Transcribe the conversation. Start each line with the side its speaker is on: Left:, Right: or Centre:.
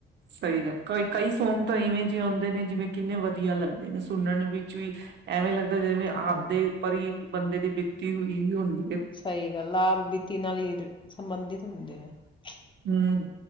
Right: ਸਹੀ ਗੱਲ, ਕਈ ਸੌਂਗ ਤਾਂ ਇਵੇਂ ਜਿਹੇ ਆਉਂਦੇ ਨੇ ਜਿਵੇਂ ਕਿੰਨੇ ਵਧੀਆ ਲੱਗਦੇ ਨੇ ਸੁਣਨ ਵਿੱਚ ਵੀ ਐਵੇਂ ਲੱਗ ਜਿਵੇਂ
Left: ਹਾਂਜੀ
Right: ਆਪ ਦੇ ਉੱਪਰ ਹੀ ਬੰਦੇ ਦੀ ਬੀਤੀ ਹੋਈ ਹੁੰਦ
Left: ਸਹੀ ਗੱਲ ਹੈ ਆਪ ਬੀਤੀ ਨਾਲ ਹੀ ਸੰਬੰਧਿਤ ਹੁੰਦੇਆ। <unintelligible>
Right: ਹੂੰ,